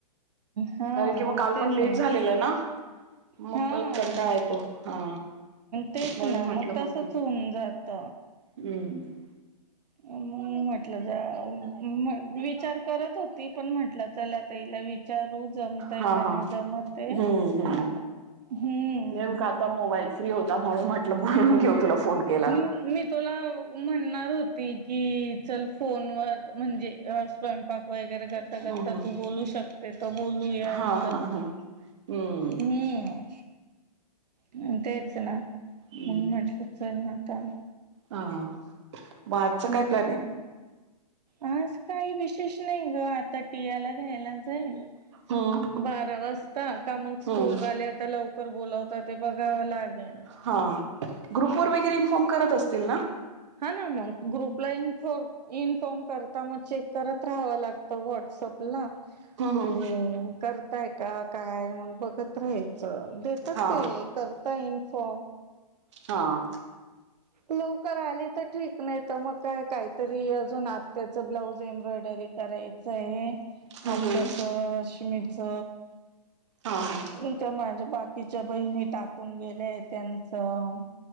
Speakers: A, on the right; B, on the right.
A: हा
B: तरी कि मग काल
A: तेच
B: पण लेट
A: ना
B: झालेलं ना? मग
A: हा
B: परत कंठाळा येतो, हा.
A: तेच
B: म्हणून
A: ना
B: म्हटलं
A: मग तसच
B: बघू
A: होऊन जात.
B: हम्म.
A: म्हणून म्हटलं अ विचार करत होती पण म्हटलं चला आता ईला विचारू जम तय
B: हा
A: का नाही
B: हा
A: जमते,
B: हम्म हम्म
A: हम्म.
B: नेमका आता मोबाईल फ्री होता म्हणून म्हटलं बोलून घेऊ तुला फोन केला
A: हम मी प <unintelligible> तुला म्हणणार होती की चल फोनवर म्हणजे स्वयं पाक वगैरे करता,
B: हम्म
A: करता
B: हम्म
A: तू बोलू शकते त बोलूया
B: हा
A: अस.
B: हा हा हम्म
A: हम्म. हम. तेच ना.
B: हम्म
A: म्हणून म्हटलं चल आता.
B: हा. म आजच
A: हम्म.
B: काय प्लॅन आहे?
A: आज काही विशेष नाही ग. आता टीयाला घ्यायला- -चय
B: हम्म
A: बारा वाजता. का मग
B: हम्म
A: स्कूलवाले आता लव- -कर बोलावता ते बघावं लागेल.
B: हां. ग्रुप वर वगैरे इन्फॉर्म करत असतील ना?
A: हा ना मग, ग्रुपला इन्फॉर्म - इन्फॉर्म करता. मग चेक करत राहावं लागतं व्हॉट्सअप. ना
B: हम्म हम्म
A: कि करताय का काय मग बघत राहायचं. देतात
B: हा.
A: ते. करता इन्फॉर्म
B: हां.
A: लवकर आली तर ठीक. नाही तर मग काय काहीतरी अजून आत्याचं ब्लाऊज एम्ब्रॉयडरी- करायचं आहे.
B: हम्म
A: आत्याचं,
B: हम्म
A: रश्मीच-
B: हां. हां.
A: इथे माझ्या बाकीच्या बहिणी टाकून गेल्याय त्यांचं.